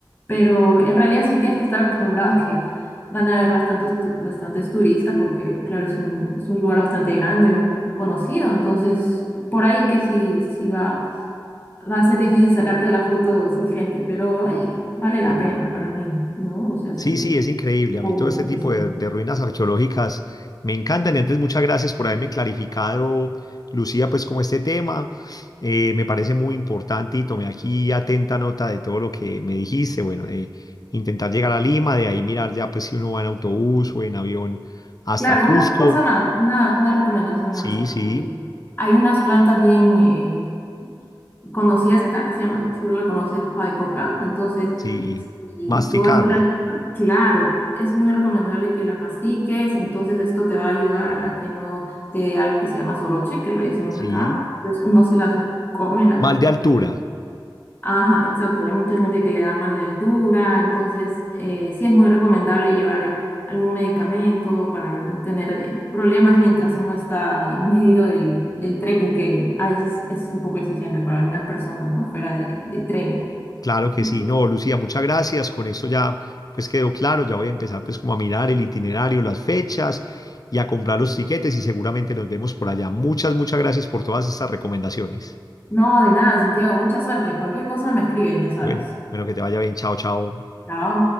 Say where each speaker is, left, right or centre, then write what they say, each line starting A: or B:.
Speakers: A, on the left; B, on the left.
A: Pero en realidad sí tienes que estar acostumbrado a que van a haber bastantes, tu- bastantes turistas porque, claro, es un, es un lugar bastante grande, um, conocido. Entonces, por ahí que sí, sí va, va a ser difícil sacarte la foto sin gente, pero hey, vale la pena para mí, ¿no? O sea, sí,
B: Sí, sí, es increíble. A
A: ojo
B: mí todo este tipo
A: que sí.
B: de, de ruinas arqueológicas me encantan. Y antes, muchas gracias por haberme clarificado, Lucía, pues como este tema. Eh, me parece muy importante y tomé aquí atenta nota de todo lo que me dijiste. Bueno, de intentar llegar a Lima, de ahí mirar ya pues si uno va en autobús o en avión hasta
A: Claro,
B: Cusco.
A: una cosa más, una, una recomendación
B: Sí,
A: más. eh,
B: sí,
A: Hay unas plantas bien, eh, conocidas acá, que se llaman, seguro la conoces, hoja de coca. Entonces,
B: sí.
A: si
B: Masticarla.
A: tú vas a la altura, claro, es muy recomendable que las mastiques. Entonces, esto te va a ayudar a que no te dé algo que se llama soroche, que lo decimos
B: Sí.
A: acá. Pues uno se las come, la,
B: Mal de altura.
A: Ajá, exacto. Hay mucha gente que le da mal de altura, entonces eh, sí es muy recomendable llevar eh, algún medicamento para no tener eh, problemas mientras uno está en medio del, del trekking, que a veces es un poco exigente para algunas personas, ¿no? Fuera de, de trekking.
B: Claro que
A: Y-
B: sí, no, Lucía, muchas gracias. Con esto ya pues quedó claro, ya voy a empezar pues como a mirar el itinerario, las fechas y a comprar los tiquetes y seguramente nos vemos por allá. Muchas, muchas gracias por todas estas recomendaciones.
A: No, de nada, Santiago. Mucha suerte. Cualquier cosa me escribes, ya sabes.
B: Bueno, bueno, que te vaya bien. Chao, chao.
A: Chao.